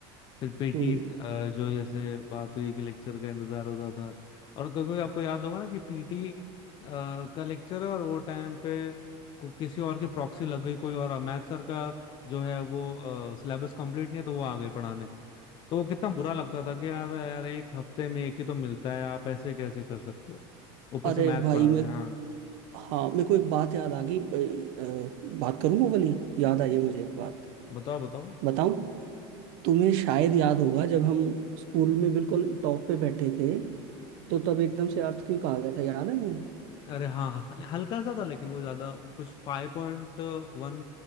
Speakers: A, on the left (about 35°); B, on the right (about 65°).
A: फिर पीटी
B: हम्म,
A: जो जैसे बात हुई कि लेक्चर का इंतजार होता था और कभी कभी आपको याद होगा ना कि पीटी का लेक्चर है और वो टाइम पे को- किसी और की प्रॉक्सी लग गई कोई और मैथ सर का जो है वो सिलेबस कंप्लीट नहीं है तो वो आ गए पढ़ाने तो वो कितना बुरा लगता था कि यार यार एक हफ्ते में एक ही तो मिलता है आप ऐसे कैसे कर सकते हो ऊपर
B: अरे
A: से मैथ्स
B: भाई
A: पढ़ा
B: मेरे
A: रहे हैं हाँ
B: हाँ मेरे को एक बात याद आ गई अ, अ, बात करूँ वो वाली याद आई है मुझे एक बात
A: बताओ बताओ
B: बताऊं तुम्हें शायद याद होगा जब हम स्कूल में बिल्कुल टॉप पे बैठे थे तो तब एकदम से अर्थ क्यों कहा गया था याद है तुम्हें
A: अरे हाँ हल- हल्का सा था लेकिन वो ज्यादा कुछ फाइव पॉइंट वन